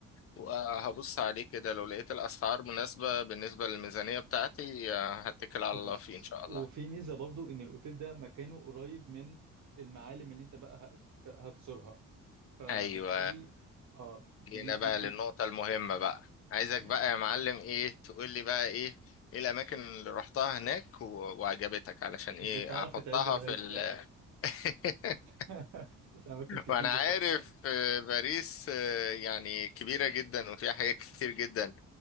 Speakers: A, on the left (about 50°); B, on the right (about 65°).
A: وهبص عليه كده لو لقيت الاسعار مناسبة بالنسبة للميزانية بتاعتي آه، هتكل
B: خلاص
A: على الله فيه ان شاء
B: وفي
A: الله
B: ميزة برضو ان الاوتيل ده مكانه قريب من المعالم اللي انت بقى هت- هتزورها فبالتالي
A: ايوه
B: اه دي
A: جينا
B: دي
A: بقى
B: دي
A: للنقطة المهمة بقى عايزك
B: <laughs>
A: بقى يا معلم ايه تقول لي بقى ايه ايه الاماكن اللي رحتها هناك و- وعجبتك علشان
B: بتعرف
A: ايه احطها
B: تعد لغاية
A: في ال <laughs>
B: <laughs> أماكن كتير
A: فأنا عارف
B: الصراحة
A: آه، باريس آه، يعني كبيرة جدا وفيها حاجات كتير جدا